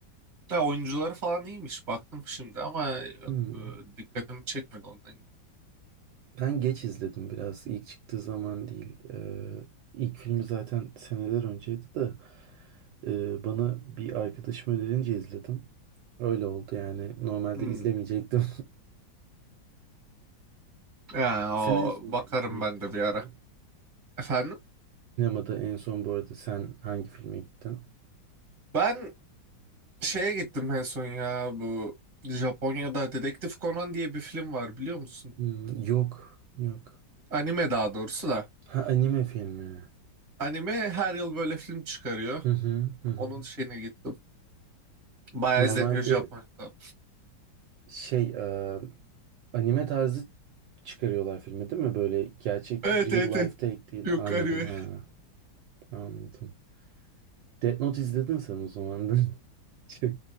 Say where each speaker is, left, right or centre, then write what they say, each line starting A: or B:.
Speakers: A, on the right (about 25°); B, on the right (about 70°).
A: ya oyuncuları falan iyiymiş baktım şimdi ama yok,
B: Hmm.
A: e, dikkatimi çekmedi ondan.
B: Ben geç izledim biraz. İlk çıktığı zaman değil. Ee, ilk filmi zaten seneler önceydi de. Ee, bana bir arkadaşım önerince izledim. Öyle oldu yani. Normalde
A: Hmm.
B: izlemeyecektim.
A: Ya,
B: <laughs> Sen
A: o,
B: en son
A: bakarım
B: hangi filme
A: ben
B: gittin
A: de bir
B: bu
A: ara.
B: arada?
A: Efendim?
B: Sinemada en son bu arada sen hangi filme gittin?
A: Ben şeye gittim en son ya bu Japonya'da Dedektif Conan diye bir film var biliyor musun?
B: Hmm, yok, yok.
A: Anime daha doğrusu da.
B: Ha anime filmi.
A: Anime her yıl böyle film çıkarıyor.
B: Hı hı, hı hı.
A: Onun şeyine gittim. Bayağı
B: Normalde
A: izleniyor Japonya'da.
B: şey e, anime tarzı çıkarıyorlar filmi değil mi? Böyle gerçek
A: Evet
B: real
A: evet. evet.
B: life take değil.
A: Yok
B: Anladım
A: anime.
B: ha. Anladım. Death Note izledin sen o zaman da. <laughs> Çok